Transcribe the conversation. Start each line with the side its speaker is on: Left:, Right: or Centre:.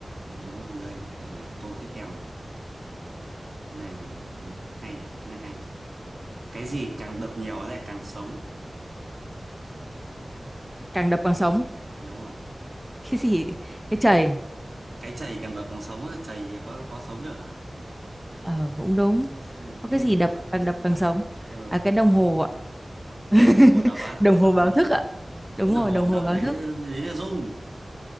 Right: đúng rồi đây để để câu tiếp theo này cái này ừm, hay này cái này hay này cái gì càng đập nhiều lại càng sống
Centre: càng đập càng sống
Right: đúng rồi
Centre: <laughs> cái gì cái chày
Right: cái chày càng đập càng sống á, chày có có sống được à
Centre: ờ cũng đúng
Right: ừ,
Centre: có
Right: cái
Centre: cái
Right: gì
Centre: gì đập
Right: càng đập
Centre: càng
Right: càng sống
Centre: đập càng sống
Right: ờ
Centre: à cái đồng hồ ạ
Right: cái đồng
Centre: <laughs>
Right: hồ đập á
Centre: đồng hồ
Right: đập.
Centre: báo thức ạ đúng
Right: cái đồng
Centre: rồi
Right: hồ
Centre: đồng
Right: đập
Centre: hồ báo
Right: đấy
Centre: thức
Right: đấy là rung